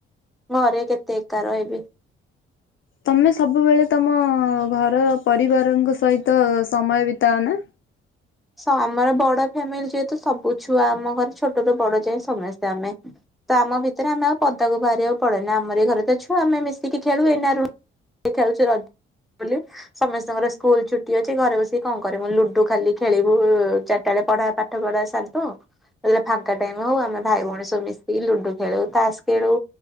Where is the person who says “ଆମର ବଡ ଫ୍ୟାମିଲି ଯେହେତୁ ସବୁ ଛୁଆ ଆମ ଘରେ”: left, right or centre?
Centre